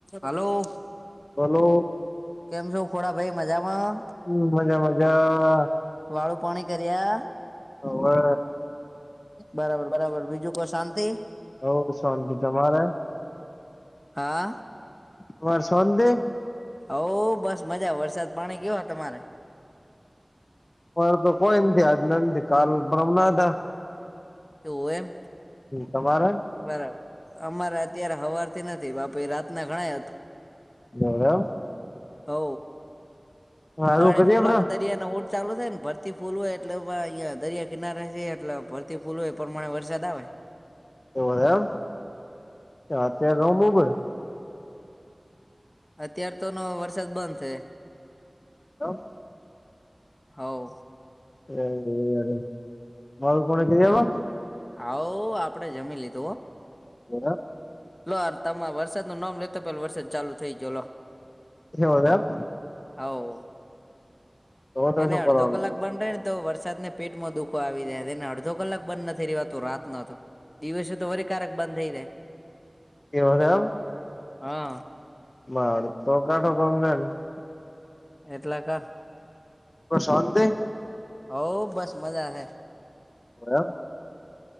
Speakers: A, on the left; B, on the left.
A: હાલો
B: બોલો
A: કેમ છો ખોડાભાઈ મજામાં?
B: હમ્મ, મજા મજા.
A: વાળું પાણી કર્યા?
B: હવે
A: બરાબર બરાબર બીજું કો શાંતિ.
B: હવ શાંતિ તમારે
A: હા.
B: તમાર શોતી?
A: હવ બસ મજા, વરસાદ પાણી કેવા તમારે?
B: પણ તો કોઈ નથી, આજના નથી કાલ પરમ ના હતા.
A: એવું એમ,
B: તમારે
A: બરાબર અમારે અત્યારે હવારથી નથી બાપી રાતના ઘણાય હતો.
B: લે એમ
A: હો,
B: હારું
A: પાણી
B: કરીએ
A: ફૂલ
B: આપડે
A: આવે તઇ રિયા ના ઓડ ચાલુ થાય ન ભરતી ફૂલ હોય એટલે ભાઇ અહયા દરિયા કિનારે છે એટલે ભર થી ફૂલ હોય પરમાણે વરસાદ આવે.
B: એવુ એમ, એ અત્યારે તો બઉ બધા
A: અત્યાર તો નો વરસાદ બંધ છે.
B: લો
A: હોવ
B: <unintelligible> ઓલ પોની કઈ આવ્યો?
A: હોવ, આપડે જમી લીધું હો.
B: <inaudible>
A: લો તમામે વરસાદનું નોમ લે તો, પેલા વરસાદ ચાલુ થઈ ગો લો,
B: એવું એમ
A: હોવ,
B: તો તો
A: એને
B: શું
A: અડધો
B: કરવાનું
A: કલાક બંધ રેને તો વરસાદ ને પેટમાં દુખો આવી જાય એને અડધો કલાક બંધ નથી રેવાતું રાત ના તો દિવસે તો વરી કારેક બંધ થઈ જાય.
B: <unintelligible>
A: હા
B: <unintelligible>
A: એટલે કા
B: શોંતી
A: હો બસ મજા હૈ
B: એમ